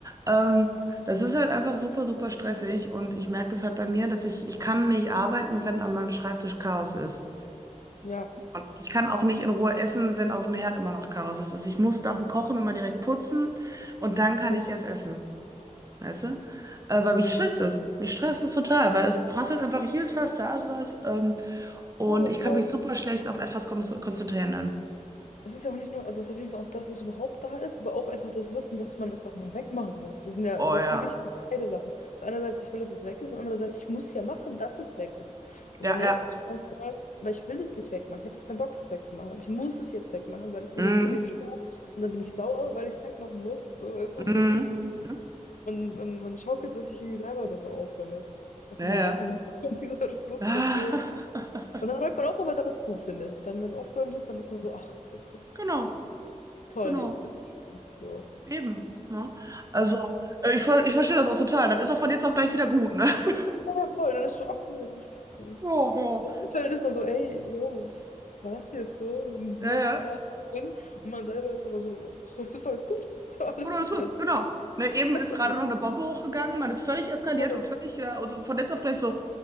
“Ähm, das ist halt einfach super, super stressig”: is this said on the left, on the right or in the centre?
Right